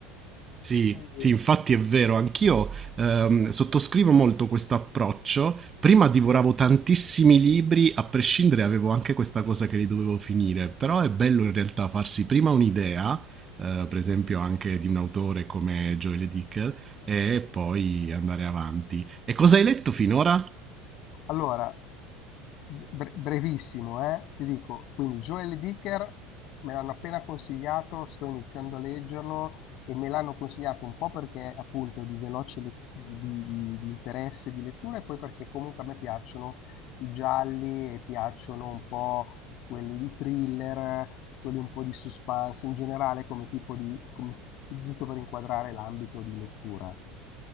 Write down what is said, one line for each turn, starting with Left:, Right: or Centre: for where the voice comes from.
Right: Sì,
Left: E,
Right: sì, infatti è vero, anch'io ehm, sottoscrivo molto questo approccio. Prima divoravo tantissimi libri, a prescindere avevo anche questa cosa che li dovevo finire, però è bello in realtà farsi prima un'idea, eh, per esempio anche di un autore come Joel Dicker, e poi andare avanti. E cosa hai letto finora?
Left: Allora, bre- brevissimo, eh, ti dico, quindi Joel Dicker me l'hanno appena consigliato, sto iniziando a leggerlo e me l'hanno consigliato un po' perché appunto di veloce le- di, di- di interesse di lettura e poi perché comunque a me piacciono i gialli e piacciono un po' quelli di thriller, quelli un po' di suspense in generale come tipo di, come- giusto per inquadrare l'ambito di lettura.